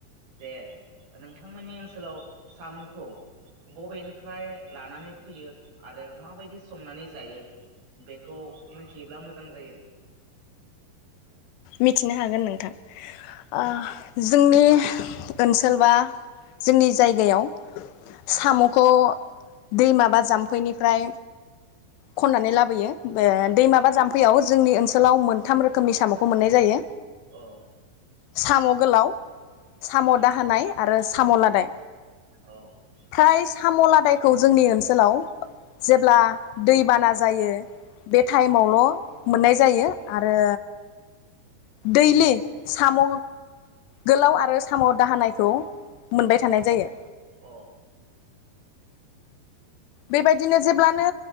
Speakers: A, on the right; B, on the left.
A: जे नोंथांमोननि ओनसोलाव साम'खौ बबेनि फ्राय लानानै फैयो आरो माबायदि संनानै जायो बेखौ मिथियोब्ला मोजां जायो।
B: मिथिनो हागोन नोंथां आ
A: औ
B: जोंनि ओनसोल बा जोंनि जायगायाव साम'खौ दैमाबा जाम्फैनिफ्राय खननानै लाबोयो दैमा बा जाम्फैयाव जोंनि ओनसोलाव मोनथाम रोखोमनि साम' खौ मोननाय जायो।
A: औ।
B: साम' गोलाव साम' दाहोनाय
A: ओ
B: आरो साम' लादाय।
A: ओ औ
B: फ्राय साम' लादायखौ जोंनि ओनसोलाव जेब्ला दैबाना जायो बे टाइम आवल' मोननाय जायो आरो दैलि साम' गोलाव आरो साम' दाहोनायखौ मोनबाय थानाय जायो।
A: अ
B: बेबायदिनो जेब्लानो